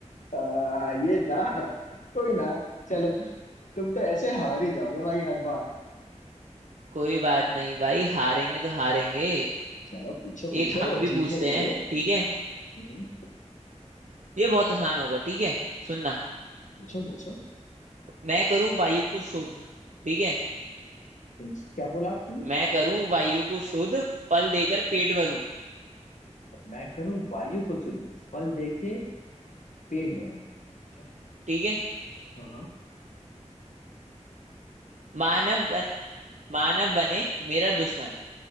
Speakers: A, on the left; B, on the right.
A: आ, ये दा कोई ना चलो तुम तो ऐसे हार ही जाओगे भाई हर बार
B: कोई बात नहीं भाई हारेंगे तो हारेंगे
A: चलो पूछो पूछो
B: एक हम भी
A: जीतने
B: पूछते
A: के
B: हैं
A: लिए
B: ठीक है
A: हम्म,
B: ये बहुत आसान होगा ठीक है सुनना
A: पूछो पूछो
B: मैं करूं वायु को शुद्ध ठीक है
A: क्या बोला आपने
B: मैं करूं वायु को शुद्ध फल देकर पेट भरूं
A: मैं करूं वायु को शुद्ध फल देके पेट भरो अच्छा
B: ठीक है
A: हाँ हाँ
B: मानव बन, मानव बने मेरा दुश्मन